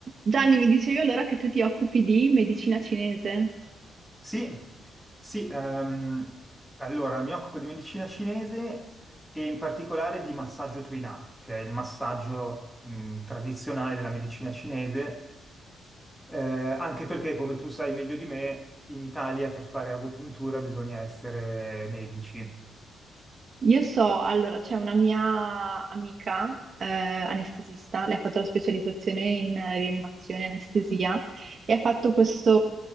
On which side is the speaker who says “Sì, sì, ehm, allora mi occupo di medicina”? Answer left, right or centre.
Centre